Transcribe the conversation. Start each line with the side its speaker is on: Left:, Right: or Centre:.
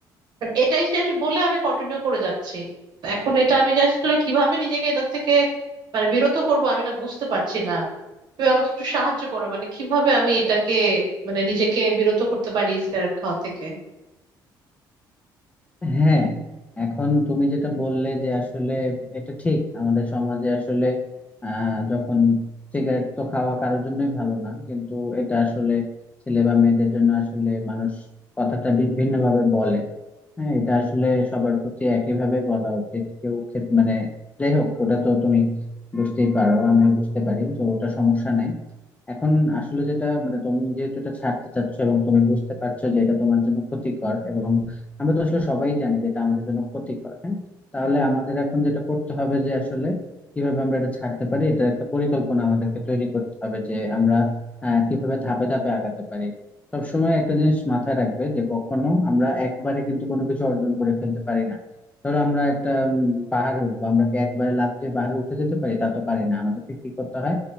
Right: মানে এটাই শেষ বলে আমি কন্টিনিউ করে যাচ্ছি এখন এটা আমি যে আসলে কিভাবে নিজেকে এটার থেকে মানে বিরত করব আমি না বুঝতে পারছি না তুমি আমাকে একটু সাহায্য করো মানে কিভাবে আমি এটাকে মানে নিজেকে বিরত করতে পারি সিগারেট খাওয়া থেকে
Left: হ্যাঁ এখন তুমি যেটা বললে যে আসলে এটা ঠিক আমাদের সমাজে আসলে আহ যখন সিগারেট তো খাওয়া কারোর জন্যই ভালো না কিন্তু এটা আসলে ছেলে বা মেয়েদের জন্য আসলে মানুষ কথাটা ভিন্ন ভাবে বলে হ্যাঁ এটা আসলে সবার প্রতি একইভাবে বলা উচিত কেউ ক্ষেত মানে যাই হোক ওটা তো তুমি বুঝতেই পারো আমিও বুঝতে পারি তো ওটা সমস্যা নাই এখন আসলে যেটা মানে তুমি যেহেতু এটা ছাড়তে চাচ্ছ এবং তুমি বুঝতে পারছো যে এটা তোমার জন্য ক্ষতিকর এবং আমরা তো আসলে সবাই জানি যে এটা আমাদের জন্য ক্ষতিকর হ্যাঁ তাহলে আমাদের এখন যেটা করতে হবে যে আসলে কিভাবে আমরা এটা ছাড়তে পারি এটার একটা পরিকল্পনা আমাদেরকে তৈরি করতে হবে যে আমরা আহ কিভাবে ধাপে ধাপে আগাতে পারি সবসময় একটা জিনিস মাথায় রাখবে যে কখনো আমরা একবারে কিন্তু কোনো কিছু অর্জন করে ফেলতে পারি না ধরো আমরা একটা উম, পাহাড়ে উঠবো আমরা কি একবারে লাফ দিয়ে পাহাড়ে উঠে যেতে পারি তা তো পারি না আমাদেরকে কি করতে হয়